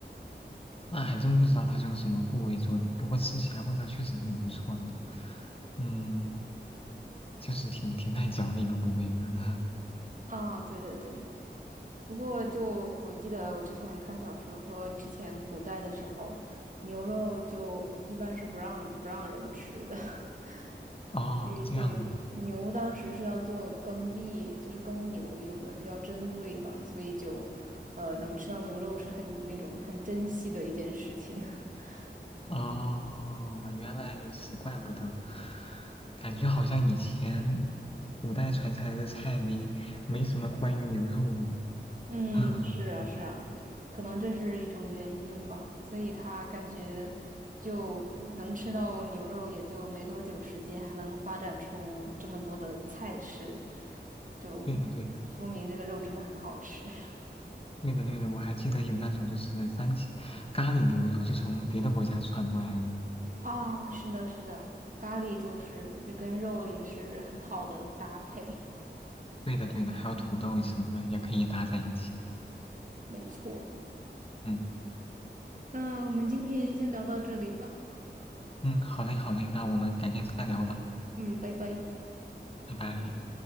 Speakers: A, on the left; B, on the right.
A: 那还真不知道它是用什么部位做的，不过吃起来味道确实很不错呢。嗯，就是挺挺耐嚼的一个部位嘛。
B: 啊，对对对。不过就我记得我之前看小说说，之前古代的时候，牛肉就一般是不让不让人吃的。<laughs>
A: <laughs> 哦，
B: 对对，
A: 这样的。
B: 牛当时是要做耕地，就是耕牛用的，比较珍贵吧，所以就，呃，能吃到牛肉是很那种很珍惜的一件事情。<laughs>
A: 哦，原来如此，怪不得，感觉好像以前古代传下来的菜没没什么关于牛肉的。
B: 嗯，
A: <laughs> 嗯，
B: 是啊，是啊，可能这是一种原因吧，所以他感觉就能吃到牛肉，也就没多久时间，还能发展出这么多的菜式，就说明这个肉真的很好吃。
A: 对的对的。对的对的，我还记得有那种就是番茄咖喱牛肉，就从别的国家传过来的。
B: 啊，是的，是的，咖喱就是跟肉也是很好的搭配，
A: 对的对的，还有土豆什么的也可以搭在一起。
B: 没错。
A: 嗯
B: 那我们今天先聊到这里吧，
A: 嗯，好嘞好嘞，那我们改天再聊吧，
B: 嗯，拜拜。
A: 拜拜。